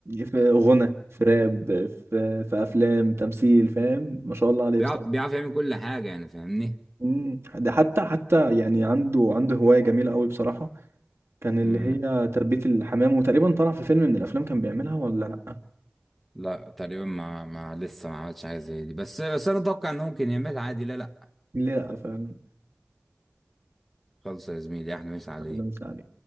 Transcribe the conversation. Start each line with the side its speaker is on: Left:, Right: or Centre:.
Right: في غنى في راب في في افلام تمثيل فاهم ما شاء الله عليه
Centre: بيعرف
Right: بصراحة
Centre: بيعرف يعمل كل حاجة يعني فاهمني
Right: مم. ده حتى حتى يعني عنده عنده هواية جميلة قوي بصراحة كان اللي
Centre: امم
Right: هي تربية الحمام وتقريبا طلع في فيلم من الأفلام كان بيعملها ولا لأ؟
Centre: لا تقريبا ما ما لسه ما عملش حاجه زي دي بس بس انا اتوقع انه ممكن يعملها عادي لا لا
Right: ليه لأ فعلا
Centre: خلص يا زميلي احنا مش عليه
Right: أحلام سعد